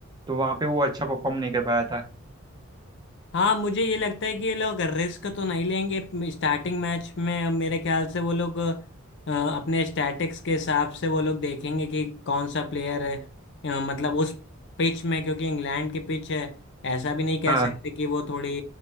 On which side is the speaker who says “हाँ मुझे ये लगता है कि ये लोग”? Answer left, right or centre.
Left